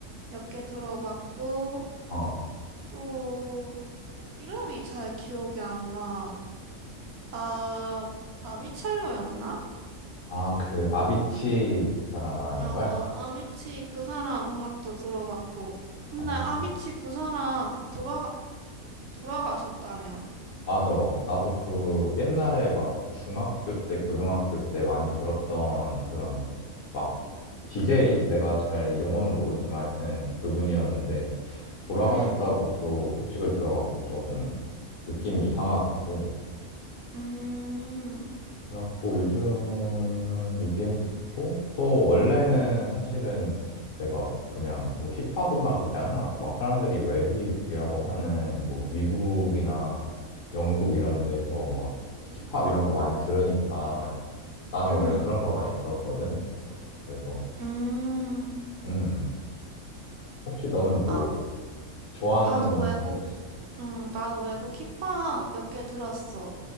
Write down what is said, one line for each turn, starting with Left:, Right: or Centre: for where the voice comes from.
Right: 몇 개 들어봤고,
Left: 어.
Right: 또, 이름이 잘 기억이 안 나. 아, 아비첼로였나?
Left: 아, 그 아비치 그 사람 말하는
Right: 어, 어,
Left: 거야?
Right: 아비치 그 사람 음악도 들어봤고. 근데
Left: 아,
Right: 아비치 그 사람 돌아가, 돌아가셨다며.
Left: 맞아. 나도 그 옛날에 막 중학교 때, 고등학교 때 많이 들었던 그런 막 DJ? 내가 잘 용어는 모르지만 하여튼 그분이었는데 돌아가셨다고
Right: 응,
Left: 또 소식을 들어갖고 조금 느낌이 이상하더라고.
Right: 음,
Left: 그래갖고 요즘은 EDM 듣고 또 원래는 사실은 내가 그냥 뭐 힙합 음악 있잖아. 막 사람들이 왜 힙이라고 하는 뭐 미국이나 영국 이런 데서 막 힙합 이런 거 많이 들으니까 나는
Right: 응...
Left: 원래 그런 거 많이 들었거든. 그래서,
Right: 음.
Left: 음, 혹시 너는 뭐
Right: 아,
Left: 좋아하는
Right: 나도 외국,
Left: 거 있어?
Right: 응, 나도 외국 힙합 몇 개 들었어.